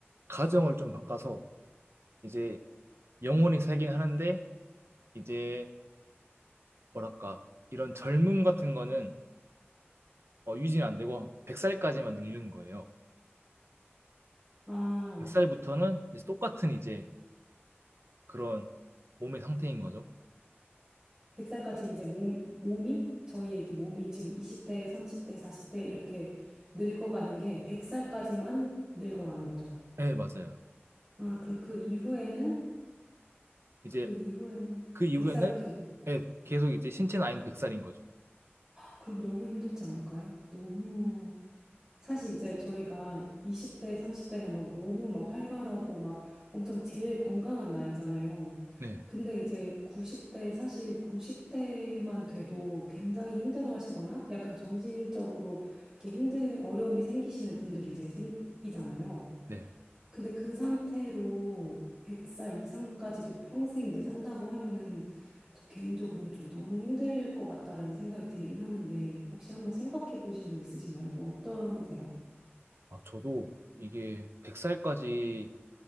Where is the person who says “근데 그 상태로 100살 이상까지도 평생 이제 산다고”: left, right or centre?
Right